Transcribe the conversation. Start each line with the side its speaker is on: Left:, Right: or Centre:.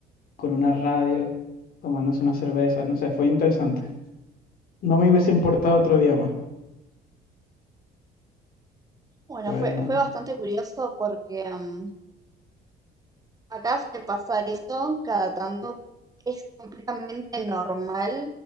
Left: con una radio, tomándose una cerveza, no sé, fue interesante. No me hubiese importado otro día más.
Right: Bueno,
Left: Fue...
Right: fue, fue bastante curioso porque mm, acá de pasar eso cada tanto. Es completamente normal